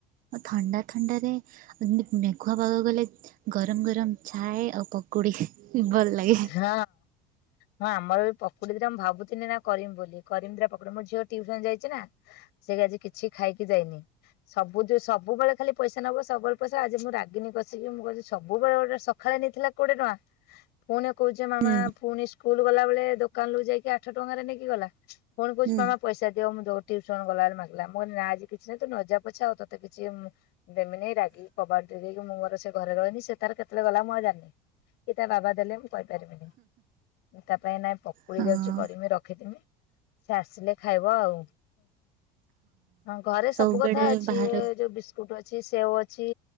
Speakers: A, on the right; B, on the left.
A: ଅ ଥଣ୍ଡା ଥଣ୍ଡାରେ ଏମତି ମେଘୁଆ ପାଗ କଲେ। ଗରମ ଗରମ ଚାଏ ଆଉ ପକୁଡି ଭଲ ଲାଗେ।
B: ହୁଁ ହଁ ହଁ ଆମର ବି ପକୁଡି ଦିଟା ମୁଁ ଭାବୁଥିନି ଏଇନା କରିମି ବୋଲି କରିମି ଦିଟା ପକୁଡି ମୋ ଝିଅ ଟିଉ ସନ ଯାଇ ଛି ନା ସେ ଆଜି କିଛି ଖାଇକି ଯାଇନି। ସବୁ ଜୋଉ ସବୁବେଳେ ଖାଲି। ପଇସା ନବ ସବୁବେଳେ ପଇସା ଆଜି ମୁଁ ରାଗିନୀ କସିକି ମୁଁ କହିଛି ସବୁବେଳେ ଗୋଟେ ସକାଳେ ନେଇଥିଲା କୋଡ଼ିଏ ଟଙ୍କା। ଫୁଣି କହୁଛି ମାମା
A: ହୁଁ
B: ଫୁଣି ସ୍କୁଲ ଗଲାବେଳେ ଦୋକାନରୁୁ ଯାଇକି ଆଠ ଟଙ୍କାରେ ନେଇକି ଗଲା। ଫୁଣି କହୁଛି
A: ହୁଁ।
B: ମାମ ପଇସା ଦିଅ ମୁଁ ଯୋଉ ଟିଉସନ ଗଲା ବେଳେ ମାଗିଲା ମୁଁ କହିଲି ନା ଆଜି କିଛି ନାହିଁ ତୁ ନଜା ପଛେ ଆଉ ତତେ କିଛି ଦେମିନି ରାଗିକି। କବାଟ ଦେଇ ଦେଇକି ମୁଁ ମୋର ସେ ଘରେ ରହନି ସେ ତାର କେତେବେଳେ ଗଲା ମୁଁ ଆଉ ଜାଣିନି କି ତା ବାବା ଦେଲେ। କହି ପାରିବିନି ମୁଁ ତା ପାଇଁ ଏଇନା ପକୁଡି
A: ହଁ
B: ଯାଉଛି କରିମି ରଖିଥୀମି। ସେ ଆସିଲେ ଖାଇବ ଆଉ। ହଁ ଘରେ ସବୁ
A: ସବୁବେଳେ
B: କଥା ଅଛି
A: ବାହାର
B: ଏ ଯୋଉ ବିସ୍କୁଟ ଅଛି ସେଓ ଅଛି।